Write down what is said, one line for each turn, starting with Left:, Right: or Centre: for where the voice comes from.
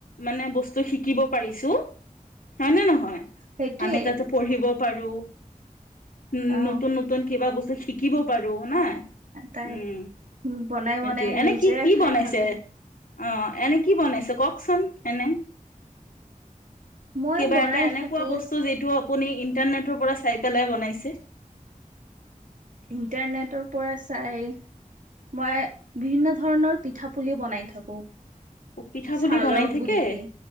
Left: মানে বস্তু শিক শিকিব পাৰিছো হয় নে নহয়?
Right: সেইটোৱে
Left: আমি তাতে পঢ়িব পাৰো উম
Right: অ
Left: নতুন নতুন কিবা বস্তু শিকিব পাৰো না।
Right: তাই
Left: উম,
Right: বনাই
Left: সেইটোয়ে
Right: বনাই
Left: এনে
Right: নিজে
Left: কি কি
Right: খাই
Left: বনাইছে?
Right: থাকো
Left: আহ, এনে কি বনাইছে কওকচোন এনে?
Right: মই
Left: কিবা
Right: বনাই
Left: এটা এনেকুৱা
Right: থাকো
Left: বস্তু যিটো আপুনি ইণ্টাৰনেটৰ পৰা চাই পেলাই বনাইছে?
Right: ইণ্টাৰনেটৰ পৰা চাই মই বিভিন্ন ধৰণৰ পিঠা পুলিও বনাই থাকো।
Left: অ পিঠা পুলি
Right: চালৰ
Left: বনাই থাকে
Right: গুলি দি,